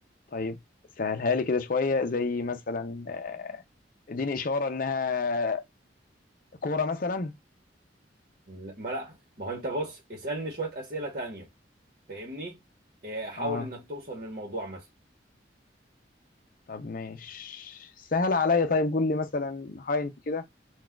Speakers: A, on the left (about 50°); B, on the right (about 50°).
A: طيب سهلها لي كده شويه زي مثلا آه، اديني اشاره انها كوره مثلا
B: لا ما لا ما هو انت بص اسالني شويه اسئله تانية فاهمني آه، حاول
A: اه
B: انك توصل للموضوع مثلا
A: طب ماشي سهل عليا طيب قول لي مثلا هاينت كده